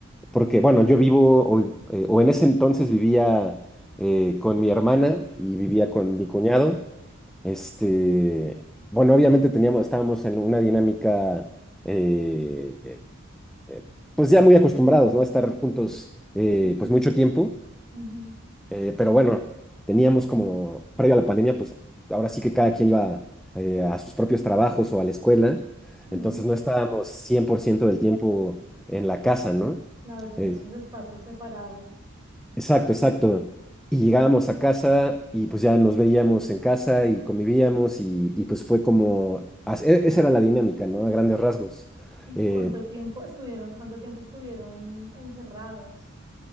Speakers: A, in the centre; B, on the right.
A: Porque, bueno, yo vivo, o, eh, o en ese entonces vivía eh, con mi hermana y vivía con mi cuñado. Este, bueno, obviamente teníamos, estábamos en una dinámica, eh, eh, eh, pues ya muy acostumbrados, ¿no? A estar juntos, eh,
B: ujú,
A: pues mucho tiempo.
B: ujú,
A: Eh, pero bueno, teníamos como, previo a la pandemia, pues ahora sí que cada quien iba eh, a sus propios trabajos o a la escuela.
B: ujú.
A: Entonces no estábamos 100% del tiempo en la casa, ¿no?
B: Claro, tenían
A: Eh,
B: sus espacios separados
A: Exacto,
B: también.
A: exacto. Y llegábamos a casa y pues ya nos veíamos en casa y convivíamos y, y, pues fue como, as- e- esa era la dinámica, ¿no? A grandes rasgos.
B: ¿Y
A: Eh,
B: cuánto tiempo estuvieron, cuánto tiempo estuvieron encerrados?